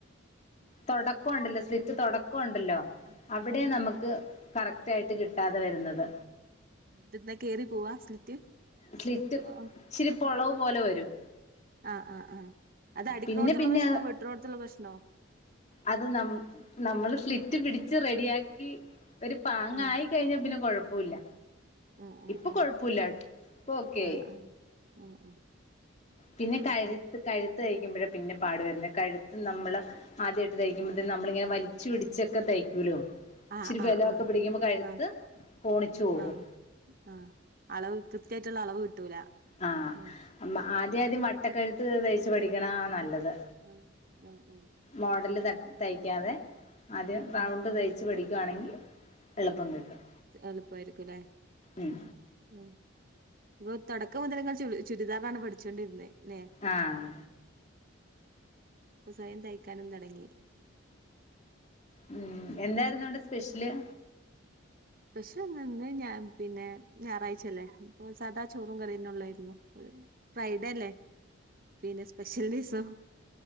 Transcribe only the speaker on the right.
ആഹ് ഉം
ഉം ഉം
ഉം
തെന്ത കേറി പോവാ സ്ലിറ്റ്?
ആഹ്
ആഹ് ആഹ് ആഹ് അത് അടിക്കുണോട്ത്തുള്ള
പ്രശ്നോ വെട്ട്ന്നോട്ത്തുള്ള പ്രശ്നോ?
ആഹ്
ആഹ് ആഹ്
ആഹ് ആഹ് ആഹ് ആഹ്
ഓക്കെ
ആഹ് ആഹ്
ആഹ്
ആഹ്
ആഹ് ആഹ് അളവ് കൃത്യായിട്ടുള്ള അളവ് കിട്ടൂല.
ഉം
<unintelligible>
ഉം
ഉം
എളുപ്പായിരിക്കു ല്ലേ?
ഉം, ഇങ്ങ തൊടക്കം മുതൽ നിങ്ങൾ ചു ചുരിദാറാണ് പഠിച്ചോണ്ടിരുന്നെ ല്ലെ?
ഇപ്പ സ്വയം തയ്ക്കാനും തൊടങ്ങി.
സ്പഷ്യലൊന്നു ന്നുല്ലാ. പിന്നെ, ഞായറാഴ്ച അല്ലേ. ഇപ്പോ സാദാ ചോറും കറീന്നൊള്ളായിരുന്നു. ഫ്രൈഡല്ലേ.? പിന്നെ, സ്പെഷ്യൽ ദീസോ?